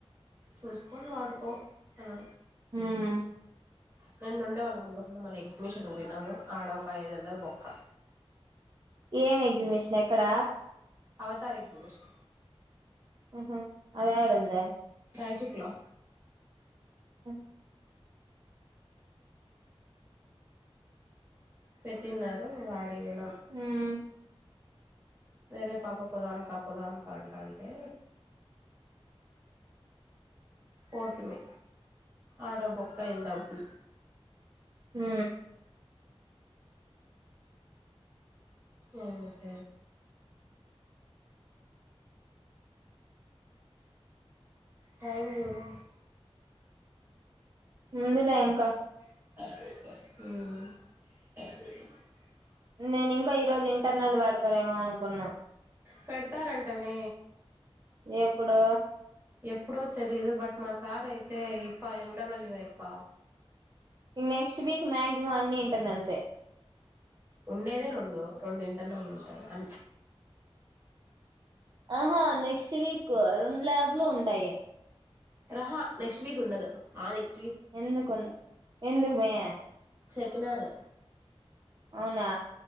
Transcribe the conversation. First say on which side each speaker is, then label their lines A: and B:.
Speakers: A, on the right; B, on the right.
A: చూసుకొని వాడుకో అని
B: హ్మ్
A: నిన్న ఉండే వాళ్ళం ఉండకుండా మళ్ళీ ఎగ్జిబిషన్ పోయినము ఆడ ఒక ఐదు వందలు బొక్క
B: ఏం ఎగ్జిబిషన్ ఎక్కడ
A: అవతార్ ఎగ్జిబిషన్
B: ఆహ అది ఎడ ఉందే
A: రాయచ్చుట్లో
B: ఆహ
A: పెట్టిన్నారు ఆడి ఒయినం
B: ఉమ్
A: వేరే పాప పోదం క పొదం క అంటంటే పోతిమి ఆడ బొక్క అయిన్ డబ్బులు
B: మ్మ్
A: ఎనస టైంఇంగో
B: ఉంది నా ఎనక
A: మ్
B: నేను ఇంకా ఈ రోజు ఇంటర్నల్ పెడతారేమో అనుకున్నా
A: పెడతారంటమే
B: ఎప్పుడు
A: ఎప్పుడో తెలీదు బట్ మా సార్ అయితే ఇప్ప ఎండబల్యూప్ప
B: ఇక నెక్స్ట్ వీక్ మాక్సిమం అన్ని ఇంటర్నల్సే
A: ఉండేదే రెండు రెండు ఇంటర్నల్లు ఉంటాయి అ
B: ఆహా నెక్స్ట్ వీక్ రెండు ల్యాబ్లు ఉంటాయి
A: రహా నెక్స్ట్ వీక్ ఉండదు ఆ నెక్స్ట్ వీ
B: ఎందుకు ఎందుకు మే
A: చెప్పినారు
B: అవునా